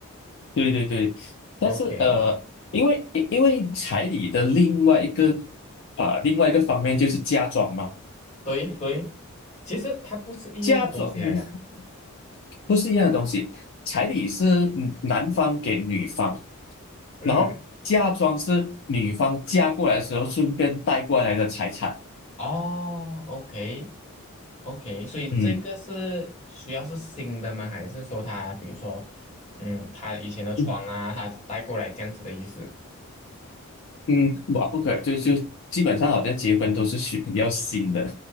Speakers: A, on the left (about 55°); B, on the left (about 30°).
A: 对对对，
B: OK，
A: 但是呃，因为因为彩礼的另外一个啊、另外一个方面就是嫁妆嘛。
B: 对对，其实它不是一样的东西来的啊
A: 嫁妆，<laughs> 不是一样的东西。彩礼是嗯男方给女方，
B: 嗯，
A: 然后嫁妆是女方嫁过来的时候顺便带过来的财产。
B: 哦，OK OK，所以这个是需要是新的吗？
A: 嗯
B: 还是说它，比如说，嗯，它以前的床啊，
A: 嗯
B: 它带过来这样子的意思？
A: 嗯，哇，不可以，就就基本上好像结婚都是需比要新的，